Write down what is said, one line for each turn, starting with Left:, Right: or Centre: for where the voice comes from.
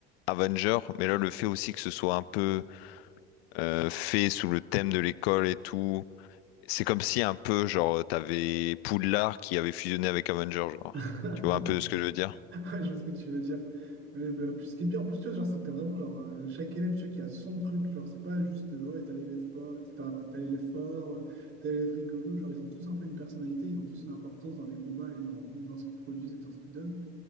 Left: Avenger, mais là le fait aussi que ce soit un peu euh, fait sous le thème de l'école et tout C'est comme si un peu, genre, t'avais Poudlard qui avait fusionné avec Avenger, genre.
Right: <laughs>
Left: Tu vois un peu ce que je veux dire?
Right: Ouais, je vois ce que tu veux dire. Mais, bah, puis ce qui est bien en plus, tu vois, genre, c'est que t'as vraiment genre, euh, chaque élève tu vois, qui a son truc. Genre, c'est pas juste euh, ouais, t'as l'élève pas, t'as enfin, t'as l'élève fort, euh, t'as l'élève rigolo. Genre, ils ont tous un peu une personnalité, ils ont tous une importance dans les combats et dans, dans ce qu'ils produisent et dans ce qu'ils donnent.